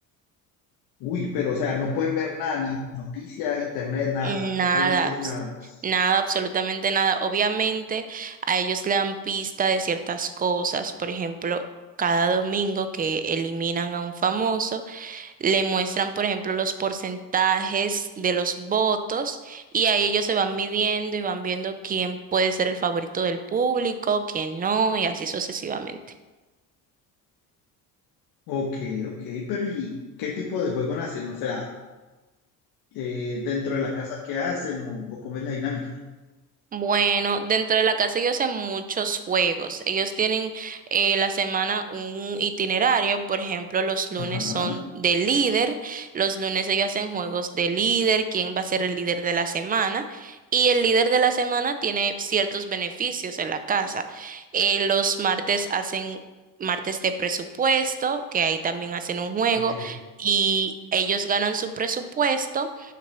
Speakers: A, on the left; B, on the right.
A: Uy, pero o sea, no pueden ver nada, ni noticias, internet, nada,
B: Nada,
A: o sea, totalmente aislados.
B: abs- nada, absolutamente nada. Obviamente a ellos le dan pista de ciertas cosas, por ejemplo, cada domingo que eliminan a un famoso, le muestran, por ejemplo, los porcentajes de los votos y ahí ellos se van midiendo y van viendo quién puede ser el favorito del público, quién no, y así sucesivamente.
A: Ok, ok, pero ¿y qué tipo de juego hacen? O sea, eh, dentro de la casa, ¿qué hacen o, o cómo es la dinámica?
B: Bueno, dentro de la casa ellos hacen muchos juegos. Ellos tienen eh, la semana un itinerario. Por ejemplo, los lunes
A: Ajá,
B: son de líder. Los lunes ellos hacen juegos de líder, quién va a ser el líder de la semana. Y el líder de la semana tiene ciertos beneficios en la casa. Eh, los martes hacen martes de presupuesto, que ahí también hacen un juego.
A: ok,
B: Y ellos ganan su presupuesto